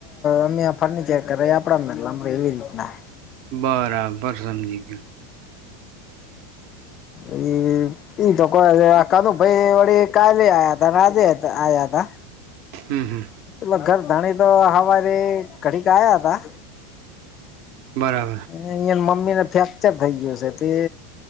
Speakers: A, on the left (about 35°); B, on the right (about 55°).
A: અમે ફર્નિચર કર આપણાનેટ અમ એવી રીતના.
B: બરાબર સમજી ગયો.
A: એ એ તો કાનુ ભાઈ વળી કાલે આયા હતા આજે આયા હતા.
B: હમ હમ.
A: પે ઘર ધાણી તો હવારી ઘડીક આયા હતા.
B: બરાબર.
A: અહીં મમ્મી ને ફ્રેક્ચર થઈ ગયો છે તે